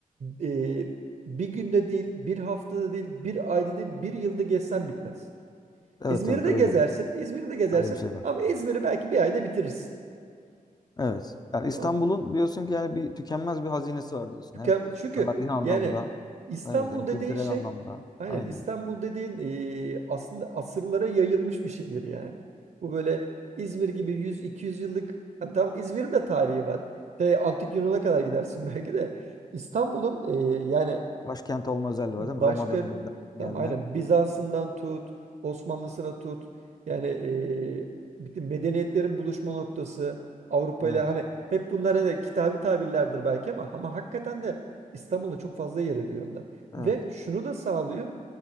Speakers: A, on the right; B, on the left.
A: e, bir günde değil, bir haftada değil, bir ayda değil, bir yılda gezsen bitmez.
B: Evet
A: İzmir'i
B: evet
A: de
B: öyle
A: gezersin,
B: bir
A: İzmir'i de gezersin
B: öyle bir şey var.
A: ama İzmir'i belki bir ayda bitirirsin.
B: Evet. Yani İstanbul'un
A: Tamam. mı?
B: diyorsun ki yani bir tükenmez bir hazinesi var diyorsun.
A: Tüken-
B: Hem
A: Çünkü
B: tarihi anlamda,
A: yani İstanbul
B: evet hem kültürel
A: dediğin şey
B: anlamda.
A: aynen
B: Aynen.
A: İstanbul dediğin e, aslında asırlara yayılmış bir şehir yani. Bu böyle İzmir gibi 100-200 yıllık ha, tam İzmir'in de tarihi var. Te, Antik Yunan'a kadar gidersin belki de. İstanbul'un e, yani
B: Başkent olma özelliği
A: Başka
B: var değil mi? Roma döneminden
A: tam
B: gelme.
A: aynen Bizans'ından tut, Osmanlısına tut. Yani eee, bütün medeniyetlerin buluşma noktası Avrupa
B: Evet.
A: ile hani hep bunlar hani kitabi tabirlerdir belki ama ama hakikaten de İstanbul'da çok fazla yer ediyor onlar.
B: Evet.
A: Ve şunu da sağlıyor.